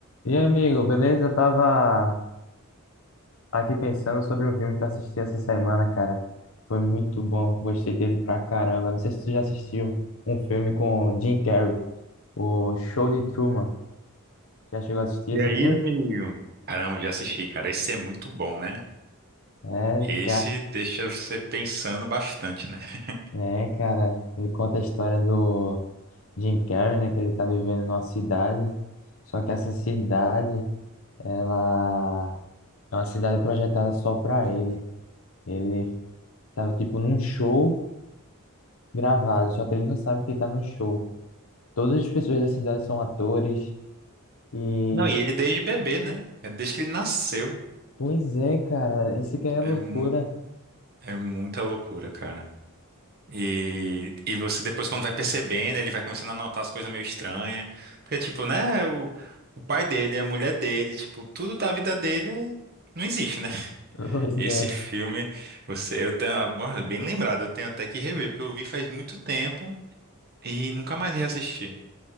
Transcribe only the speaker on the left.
E aí, amigo, beleza? Eu tava aqui pensando sobre um filme que eu assisti essa semana, cara. Foi muito bom, gostei dele pra caramba. Não sei se tu já assistiu um filme com Jim Carrey, o Show de Truman. Já chegou a assistir esse
filme?
É,
cara,
é, cara. Ele conta a história do Jim Carrey, né? Que ele tá vivendo numa cidade. Só que essa cidade, ela é uma cidade projetada só pra ele. Ele tava tipo num show. gravado, só que ele não sabe que ele tá no show. Todas as pessoas da cidade são atores e
pois é, cara, isso que é loucura.
<laughs> Pois
é,